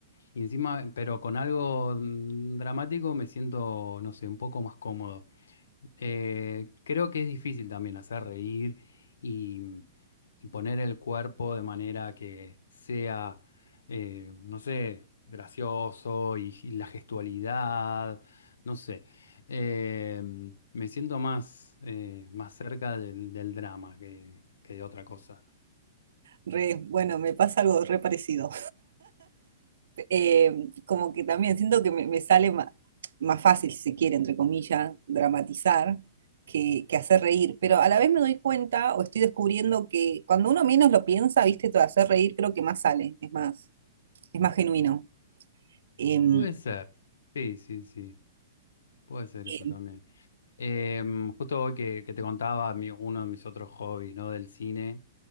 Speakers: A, on the left (about 85°); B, on the right (about 75°).
A: Y encima, pero con algo mm, dramático me siento, no sé, un poco más cómodo. Eh, creo que es difícil también hacer reír y, y poner el cuerpo de manera que sea, eh, no sé, gracioso y, y la gestualidad, no sé. Eh, me siento más, eh, más cerca del, del drama que, que de otra cosa.
B: re- bueno, me pasa algo re parecido. eh, como que también siento que me, me sale ma- más, fácil, si se quiere, entre comillas, dramatizar que, que hacer reír, pero a la vez me doy cuenta o estoy descubriendo que cuando uno menos lo piensa, viste, todo hacer reír creo que más sale, es más, es más genuino. Em,
A: Puede ser, sí, sí, sí, puede ser
B: em,
A: eso también. Em, justo hoy que, que te contaba mi- uno de mis otros hobbies, ¿no? Del cine.